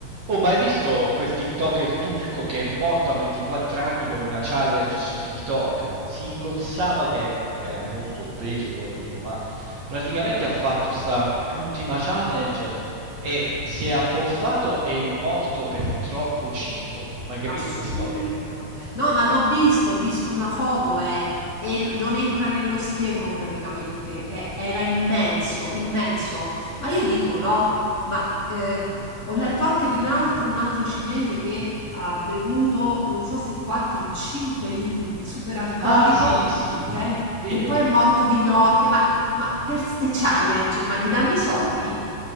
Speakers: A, on the right; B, on the left.
A: Oh, ma hai visto quel TikToker turco che è morto a 24 anni per una challenge su TikTok? Si ingozzava, eh, era molto obeso, poverino, ma praticamente ha fatto sta ultima challenge e si è abboffato e è morto per troppo cibo. Ma hai capito
B: Assurdo.
A: che storia?
B: No, ma l'ho visto, ho visto una foto è- e n- non entra nello schermo praticamente. è- era immenso, immenso. Ma io dico no, ma eh, ho letto anche di un altro, un altro cinese che ha bevuto non so se 4 o 5 litri di superalcolico
A: Ah, sì, sì,
B: eh,
A: vero.
B: e poi è morto di notte. Ma, ma per ste challenge, ma gli danno i soldi?